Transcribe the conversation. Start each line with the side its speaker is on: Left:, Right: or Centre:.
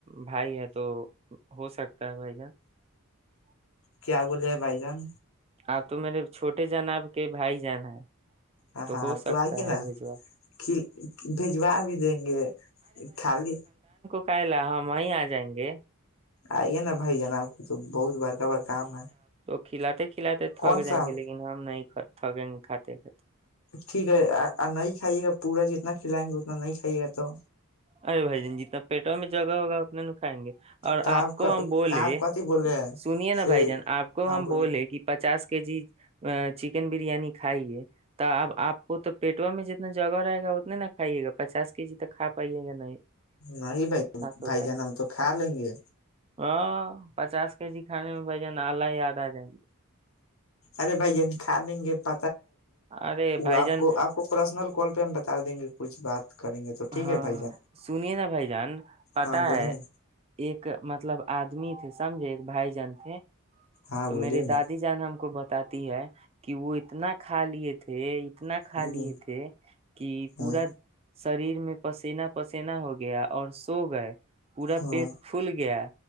Right: بھائی ہے تو <inaudible> ہو سکتا ہے بائی چانس <inaudible>
Left: کیا بولے ہیں بھائی جان
Right: آپ تو میرے چھوٹے جان آب کے بھائی جان ہیں
Left: ہ ہاں
Right: ہو سکتا
Left: تو آئیے
Right: ہے
Left: نا
Right: بھجوا
Left: ک بجوا بھی دیں گے خالی
Right: کالا ہم وہیں آ جائیں گے
Left: آئی نا بائی جان آپ تو بہت بار کا بار کام ہے
Right: کلا ت <unintelligible> کلا تو تھک
Left: کون سا
Right: جائیں گے لیکن ہم نہیں تھگنگ کات <unintelligible>
Left: ٹھیک ہے نہیں کھائیے گا پورا جتنا کھلائیں گے اتنا نہیں کھائیے گا تو
Right: ارے بھائی جان جتنا پیٹوں میں جگہ ہوگا اتنا نکھھائیں گے اور
Left: تو
Right: آپ کو
Left: کا
Right: ہم بولے
Left: آپ کتھی بولے ہیں
Right: سنیے نا
Left: سے
Right: بھائی جان آپ کو
Left: ہاں
Right: ہم
Left: بولیے
Right: بولے کہ پچاس کے جی چکن بریانی کھائیے تو اب آپ کو تو پیٹا میں جتنا جگہ رہے گا اتنے نہ کھائیے گا پچاس کے جی تکپ پیے گ نہیں <unintelligible>
Left: نہیں بھائی
Right: ہوتا
Left: بھائی جان
Right: ہے
Left: ہم تو کھا لیں گے
Right: ہاں پچاس کے جی کھانے میں بھ جان آلہ یاد آ جائیں گے
Left: ارے بھائیین کا لیں گے پ
Right: ارے
Left: وہ
Right: بھائی
Left: آپ
Right: جان
Left: کو آپ کو پرسنل کال پہ ہم بتا دیں گے کچھ بات کریں گے تو ٹھیک
Right: ہاں
Left: ہے بھائی جان
Right: سنیے نا بھائی جان پتا
Left: ہاں بولیے
Right: ہے
Left: نا
Right: ایک مطلب آدمی تھے سمجھے بھائی جان تھ
Left: ہاں
Right: تو
Left: بولیے
Right: میرے دادی
Left: نا
Right: جان ہم کو ب تی ہے <unintelligible> کہ وہ اتنا کھا لیے تھ تھھ اتنا
Left: ہ
Right: کھا لییے تھے کہ پورا
Left: ہاں
Right: شریر میں پسینا پسینا ہو گیا اور سو گئے پورا
Left: ہاں
Right: پیٹ پھول گیا